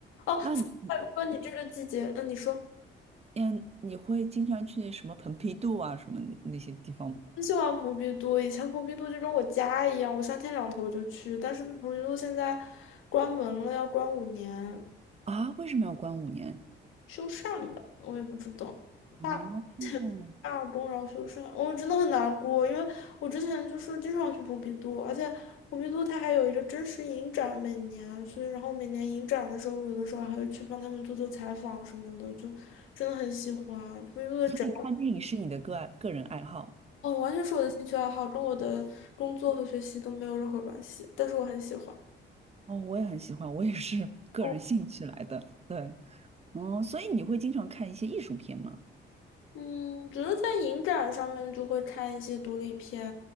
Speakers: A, on the left (about 85°); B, on the right (about 30°).
A: 哦，
B: 那你
A: 那如果你这个季节，嗯，你说，
B: 嗯，你会经常去什么蓬皮杜啊什么那些地方吗
A: 很喜欢蓬皮杜，以前蓬皮杜就跟我家一样，我三天两头就去，但是蓬皮杜现在关门了，要关五年，
B: 啊？为什么要关五年？
A: 修缮吧，我也不知道，
B: 哦，
A: 罢罢工然后修缮，我真的很难过，因为我之前就是经常去蓬皮杜，而且蓬皮杜它还有一个真实影展每年，所以然后每年影展的时候，有的时候还会去帮他们做做采访什么的，就真的很喜欢蓬皮杜的展。
B: 所以看电影是你的个爱个人爱好
A: 哦，完全是我的兴趣爱好，跟我的工作和学习都没有任何关系，但是我很喜欢。
B: 哦，我也很喜欢，我也是个人兴趣来的。
A: 哦，
B: 对，嗯，所以你会经常看一些艺术片吗？
A: 嗯，觉得在影展上面就会看一些独立片，